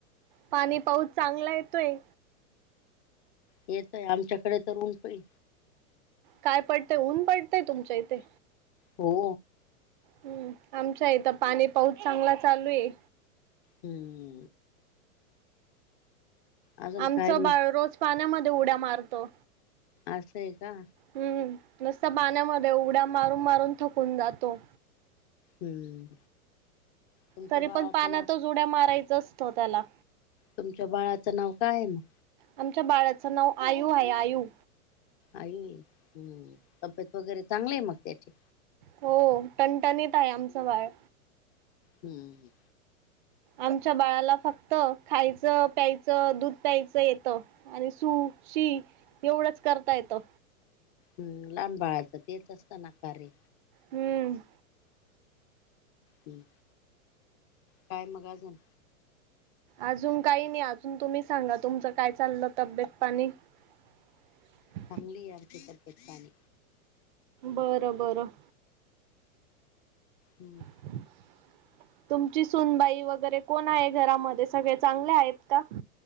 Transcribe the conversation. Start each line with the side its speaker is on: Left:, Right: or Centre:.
Right: पाणी पाऊस चांगला येतोय.
Left: येतय आमच्याकडे तर ऊन पइ
Right: काय पडतंय ऊन पडतय तुमच्या इथे?
Left: हो.
Right: हम्म आमच्या इथं पाणी पाऊस चांगला चालू आहे.
Left: हम्म अजून
Right: आमचं
Left: काय मग
Right: बाळ रोज पाण्यामध्ये उड्या मारतो.
Left: असं आहे का.
Right: हम्म नुसतं पाण्यामध्ये उड्या मारून मारून थकून जातो.
Left: हम्म तुमच्या
Right: तरी
Left: बाळाचं
Right: पण पाण्यातच
Left: नाव
Right: उड्या मारायचा असतो त्याला.
Left: तुमच्या बाळाचं नाव काय आहे मग?
Right: आमच्या बाळाचं नाव आयू आहे आयू.
Left: आयु आहे हम्म तब्येत वगैरे चांगली आहे मग त्याची.
Right: हो टनटणीत आहे आमचं बाळ.
Left: हम्म
Right: आमच्या बाळाला फक्त खायचं प्यायचं दूध प्यायचं येतं. आणि सू शी एवढंच करता येतं.
Left: हम्म लहान बाळाचं तेच असत ना कार्य.
Right: हम्म
Left: हम्म काय मग अजून?
Right: अजून काही नाही अजून तुम्ही सांगा तुमचं काय चाललं तब्येत पाणी. <inaudible>
Left: चांगलीये आमची तब्बेत पाणी.
Right: बरं बरं.
Left: हम्म.
Right: <inaudible> तुमची सुनबाई वगैरे कोण आहे घरामध्ये? सगळे चांगले आहेत का?